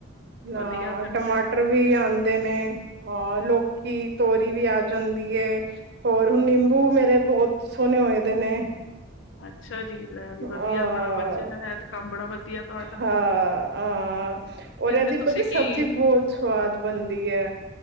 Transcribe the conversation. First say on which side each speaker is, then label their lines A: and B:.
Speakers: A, on the right; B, on the left.
A: ਨਾ
B: ਵਧੀਆ ਫਿਰ
A: ਟਮਾਟੋ
B: ਤੇ,
A: ਟਮਟਰ ਵੀ ਆਉਂਦੇ ਨੇ, ਹਾਂ ਲੋਕੀ-ਤੋਰੀ ਵੀ ਆ ਜਾਂਦੀ ਹੋਰ ਹੁਣ, ਨਿੰਬੂ ਮੇਰੇ ਬਹੁਤ ਸੋਹਣੇ ਹੋਏ ਦੇ ਨੇ।
B: ਅੱਛਾ ਜੀ ਲੈ ਵੀ
A: ਹਹ,
B: ਵਧੀਆ ਬੜਾ ਵਧੀਆ ਹੈ ਤੇ ਕੰਮ ਬੜਾ ਵਧੀਆ ਤੁਹਾਡਾ।
A: ਹਾਂ, ਹਹ ਔਰ
B: ਫਿਰ
A: ਇਹਦੀ
B: ਤੇ ਤੁਸੀਂ
A: ਪਤਾ, ਸਬਜ਼ੀ
B: ਕੀ
A: ਬਹੁਤ ਸਵਾਦ ਬਣਦੀ ਏ।